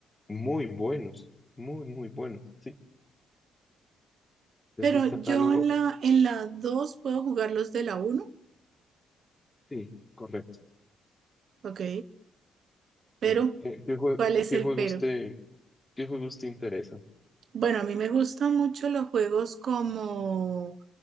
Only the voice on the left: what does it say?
muy buenos, muy, muy buenos, sí. Es
un catálogo
Sí, correcto.
Sí. ¿Qué, qué jue-
qué
juegos
te, qué juegos te interesan?